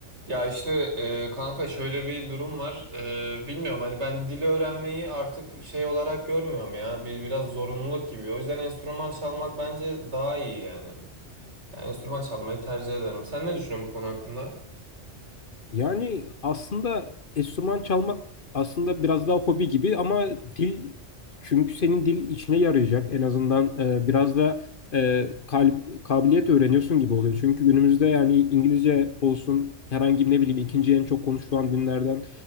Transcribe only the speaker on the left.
Yani aslında enstrüman çalmak aslında biraz daha hobi gibi ama dil çünkü senin dil içine yarayacak en azından e, biraz da e, kalb- kabiliyet öğreniyorsun gibi oluyor. Çünkü günümüzde yani İngilizce olsun herhangi ne bileyim ikinci en çok konuşulan dinlerden